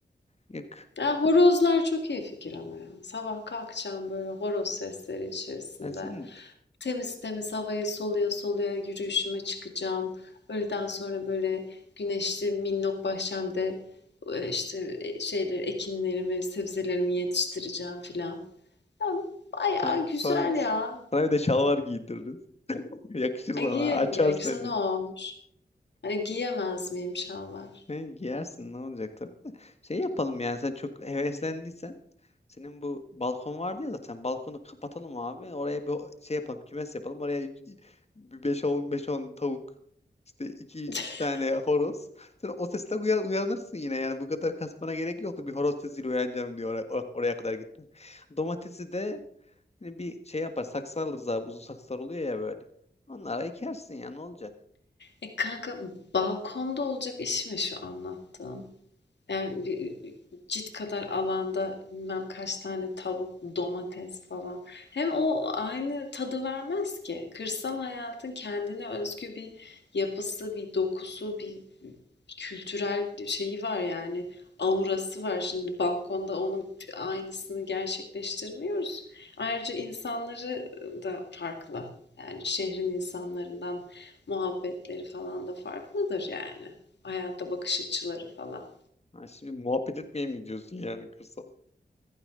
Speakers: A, on the left (about 35°); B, on the left (about 90°).
A: Yok
B: Ya horozlar çok iyi fikir ama ya. Sabah kalkacağım böyle horoz sesleri içerisinde.
A: ben senin
B: Temiz temiz havayı soluya soluya yürüyüşüme çıkacağım. Öğleden sonra böyle güneşli minnok bahçemde e, işte e, şeyleri, ekinlerimi, sebzelerimi yetiştireceğim filan. Ya bayağı
A: ha,
B: güzel
A: sana,
B: ya.
A: sana bir de şalvar giydiririz. <laughs> Yakışır sana
B: E, giyerim
A: açar
B: gerekirse
A: seni.
B: ne olmuş? Hani giyemez miyim şalvar?
A: Sen giyersin ne olacak tabii. Şey yapalım yani sen çok heveslendiysen Senin bu balkon vardı ya zaten. Balkonu kapatalım abi. Oraya bir şey yapalım. Kümes yapalım. Oraya beş on beş on tavuk. işte iki, iki
B: <laughs>
A: tane horoz. Sen o sesle uya- uyanırsın yine yani. Bu kadar kasmana gerek yoktu. Bir horoz sesiyle uyanacağım diyor oraya, or- oraya kadar gitmen. Domatesi de hani bir şey yapar. Saksı alırız abi. Uzun saksılar oluyor ya böyle. Onlara ekersin ya ne olacak?
B: E kanka balkonda olacak iş mi şu anlattığın? Yani bir- cilt kadar alanda bilmem kaç tane tavuk, domates falan. Hem o aynı tadı vermez ki. Kırsal hayatın kendine özgü bir yapısı, bir dokusu, bir ıı, kültürel şeyi var yani. Aurası var. Şimdi balkonda onun aynısını gerçekleştirmiyoruz. Ayrıca insanları da farklı. Yani şehrin insanlarından muhabbetleri falan da farklıdır yani. Hayata bakış açıları falan.
A: Ha, şimdi muhabbet etmeye mi gidiyorsun yani kırsala?